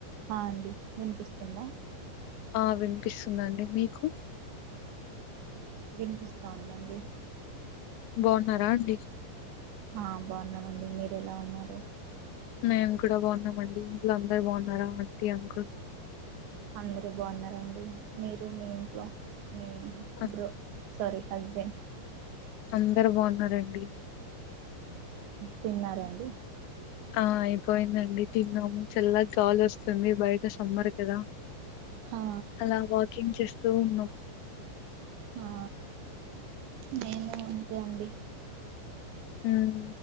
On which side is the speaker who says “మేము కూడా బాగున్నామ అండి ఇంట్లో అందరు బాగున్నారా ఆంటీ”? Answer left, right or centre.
Left